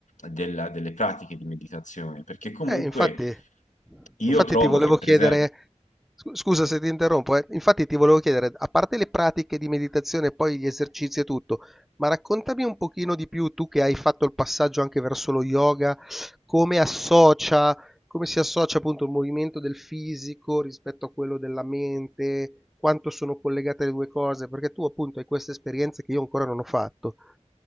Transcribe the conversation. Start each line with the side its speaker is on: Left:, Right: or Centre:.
Left: della- delle pratiche di meditazione, perché comunque
Centre: Eh, infatti,
Left: io
Centre: infatti
Left: trovo
Centre: ti volevo
Left: che, per
Centre: chiedere,
Left: esempio,
Centre: scu- scusa se ti interrompo, eh, infatti ti volevo chiedere, a parte le pratiche di meditazione e poi gli esercizi e tutto, ma raccontami un pochino di più, tu che hai fatto il passaggio anche verso lo yoga, come associa, come si associa appunto il movimento del fisico rispetto a quello della mente, quanto sono collegate le due cose, perché tu appunto hai queste esperienze che io ancora non ho fatto.